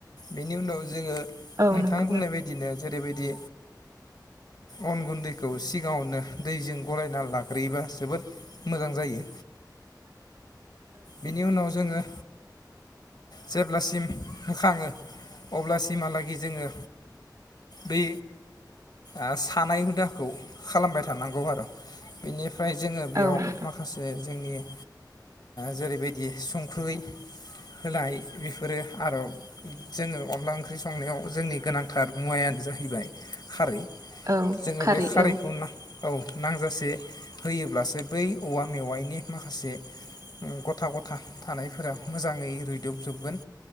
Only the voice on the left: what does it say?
बेनि उनाव जोङो
नोंथां
बुंनाय बायदिनो जेरैबायदि अन गुन्दैखौ सिगाङावनो दैजों गलायना लाग्रोयोबा जोबोद मोजां जायो।
बेनि उनाव जोङो
जेब्लासिम होखाङो अब्लासिमहालागै जोङो बे आ सानाय हुदाखौ खालामबाय थानांगौ आरो बेनिफ फ्राय जोङो बेयाव
माखासे जोंनि ओज जेरैबायदि संख्रै होलाय बेफोरो आर' जोङो अनला ओंख्रि संनायाव जोंनि गोनांथार मुवायानो जाहैबाय खारै
जोङो
बे खारैखौ
ना औ नांजासे होयोब्लासो बै औवा मेवाइनि माखासे उम गथा गथा थानायफोरा मोजाङै रुयदुबजोबगोन।